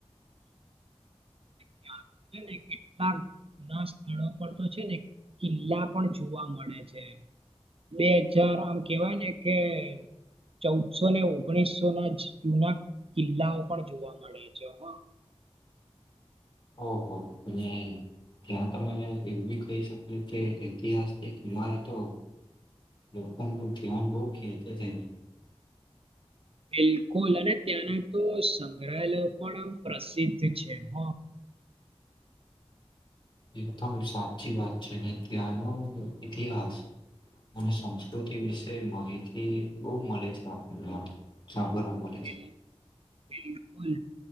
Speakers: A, on the right; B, on the left.
A: ત્યાં છે ને કેટલાક <unintelligible> જૂના સ્થળો પર તો છે ને કિલ્લા પણ જોવા મળે છે. બે હજાર આમ કેવાય ને કે ચૌદસો ને ઓગણીસો ના જૂના કિલ્લાઓ પણ જોવા મળે છે હ. <inaudible>
B: ઓહો બુને ત્યાં તમે એવું બી કહી શકો કે ઐતિહાસ હિમારતો લોકોલ ન ધ્યાન બહુ ખેંચ છેને.
A: બિલકુલ અને ત્યાંના તો સંગ્રહાલય પણ પ્રસિદ્ધ છે હ.
B: એકદમ સાચી વાત છે ને ત્યાંનો ઇતિહાસ અને સંસ્કૃતિ વિશે માહિતી બહુ મળે છે આપણને આ છા બરું મલે
A: બિલ-
B: છે.
A: બિલકુલ